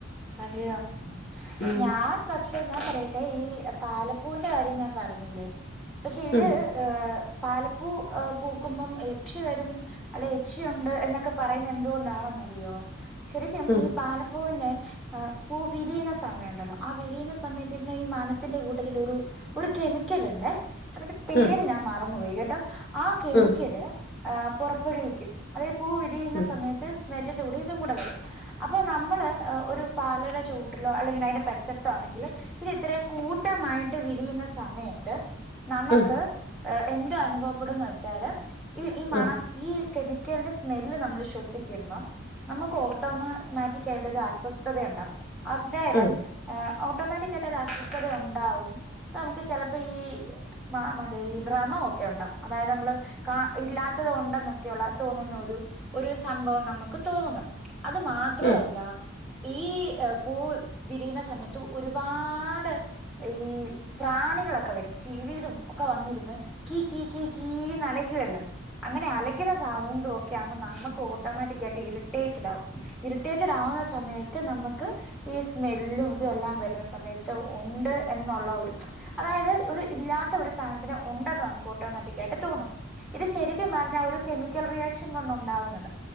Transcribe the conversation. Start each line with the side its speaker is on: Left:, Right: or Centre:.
Centre: അതെയോ
Left: ഉം
Centre: ഞാൻ പക്ഷെ എന്നാ പറയട്ടെ ഈ പാല പൂവിന്റെ കാര്യം ഞാൻ പറഞ്ഞില്ലേ പക്ഷെ ഇത്
Left: ഉം
Centre: ഏ പാലപ്പൂ പൂക്കുമ്പം യക്ഷി വരും അല്ല യക്ഷിയുണ്ട് എന്നൊക്കെ പറയുന്നത് എന്തുകൊണ്ടാണെന്നറിയോ ശരിക്കും
Left: ഉം
Centre: ഈ പാലപ്പൂവിന്റെ ആ പൂ വിരിയണ സമയമുണ്ടല്ലോ ആ വിരിയണ സമയത്ത് ഇതിന് ഈ മണത്തിന്റെ കൂട്ടത്തിൽ ഒരു ഒരു കെമിക്കല ഉണ്ട് അതിന്റെ പേര്
Left: ഉം
Centre: ഞാൻ മറന്നുപയി കേട്ട <inaudible> ആ കെമിക്കല്
Left: ഉം
Centre: ആ പുറപ്പെടുവിക്കും അത പൂ വിരിയുന്ന
Left: ഉം
Centre: സമയത്ത് സ്മെല്ലിന്റെ കൂടെ ഇതും കൂടെ വരും അപ്പൊ നമ്മള് ഒരു പാലടെ ചോട്ടിലോ അല്ലെങ്കിൽ അതിന്റെ പരിസരത്തോ ആണെങ്കിൽ ഇത് ഇത്രയും കൂട്ടമായിട്ട് വിരിയുന്ന സമയത്ത് നമുക്ക്
Left: ഉം
Centre: എന്ത് അനുഭവപ്പെടന്ന് വെച്ചാല് ഈ
Left: ഉം
Centre: ഈ മണം ഈ കെമിക്കല് <unintelligible> സ്മെല്ല് നമ്മൾ ശ്വസിക്കുമ്പോ നമുക്ക് ഓട്ടോ മാറ്റിക്കായി ഒരു അസ്വസ്ഥ അസ്വസ്ഥതയുണ്ടാവ അന്നേരം
Left: ഉം ഉം
Centre: ഏ ഓ ഓട്ടോമാറ്റിക് ആയിട്ട് ഒരു അസ്വസ്ഥതഉണ്ടാവും അപ്പ നമുക്ക് ചിലപ്പോ ഈ മ മത ഈ ഭ്രമമൊക്കെ ഉണ്ടാവും അതായത് നമ്മള് കാ ഇല്ലാത്തത് ഉണ്ടെന്നൊക്കെയള്ള തോന്നുന്ന ഒരു ഒരു സംഭവം നമുക്ക് തോന്നും അത് മാത്രല്ല
Left: ഉം
Centre: ഈ പൂ വിരിയുന്ന സമയത്തു ഒരുപാട് ഈ പ്രാണികളൊക്കെ വരും ചീവീടും ഒക്കെ വന്നിരുന്നു കി കീ കി കീ അലയ്ക്കുവല്ലോ അങ്ങനെ അലക്കുന്ന സൗണ്ട് ഒക്കെ ആകുമ്പോ നമുക്ക് ഓട്ടോമാറ്റിക് ആയിട്ട് ഇറിറ്റേറ്റഡ് ആകും ഇറിറ്റേറ്റഡ് ആവുന്ന സമയത്ത് നമുക്ക് ഈ സ്മെല്ലും ഇത് എല്ലാം വരുന്ന സമയത്ത് ഉണ്ട് എന്നുള്ള ഒരു അതായത് ഒരു ഇല്ലാത്ത ഒരു സാധനത്തിന് ഉണ്ടെന്ന് നമുക്ക് ഓട്ടോമാറ്റിക്ക് ആയിട്ട് തോന്നും ഇത് ശരിക്കും പറഞ്ഞാൽ ഒരു കെമിക്കൽ റിയാക്ഷൻ കൊണ്ട് ഉണ്ടാവുന്നതാ